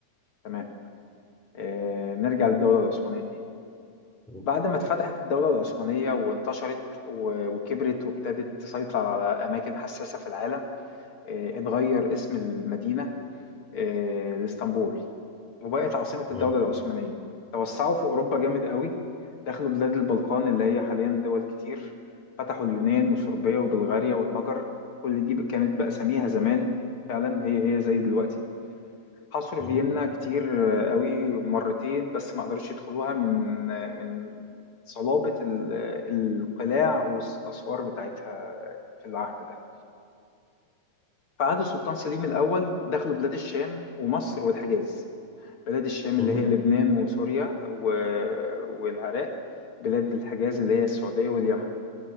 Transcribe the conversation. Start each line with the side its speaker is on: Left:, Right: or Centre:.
Left: تمام آه، نرجع للدولة العثمانية تاني
Centre: مم.
Left: بعد ما اتفتحت الدولة العثمانية وانتشرت و- وكبرت وابتدت تسيطر على أماكن حساسة في العالم آه، اتغير اسم المدينة آه، لإسطنبول وبقت عاصمة
Centre: مم.
Left: الدولة العثمانية توسعوا في أوروبا جامد قوي دخلوا بلاد البلقان اللي هي حاليا دول كتير فتحوا اليونان وصربيا وبلغاريا والمجر كل دي كانت بأساميها زمان فعلا هي هي زي دلوقتي حصروا
Centre: مم.
Left: فيينا كتير قوي مرتين بس ما قدروش يدخلوها من من صلابة ال- القلاع والأسوار بتاعتها في العهد ده فعهد السلطان سليم الأول دخلوا بلاد الشام ومصر والحجاز بلاد الشام
Centre: مم.
Left: اللي هي لبنان وسوريا و- والعراق بلاد الحجاز اللي هي السعودية واليمن